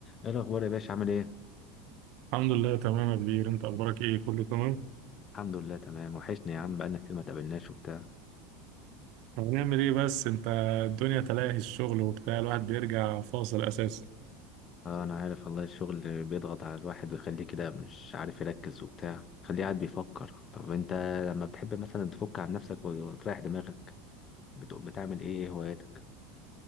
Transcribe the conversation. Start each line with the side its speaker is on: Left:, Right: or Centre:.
Left: ايه الاخبار يا باشا عامل ايه
Right: الحمد لله تمام يا كبير انت اخبارك ايه كله تمام
Left: الحمد لله تمام وحشني يا عم بقالنا كتير ما تقابلناش وبتاع
Right: هنعمل ايه بس انت الدنيا تلاهي الشغل وبتاع الواحد بيرجع فاصل اساسا
Left: اه انا عارف والله الشغل بيضغط على الواحد ويخليه كده مش عارف يركز وبتاع خليه قاعد بيفكر طب انت لما بتحب مثلا تفك عن نفسك وتريح دماغك بت- بتعمل ايه ايه هواياتك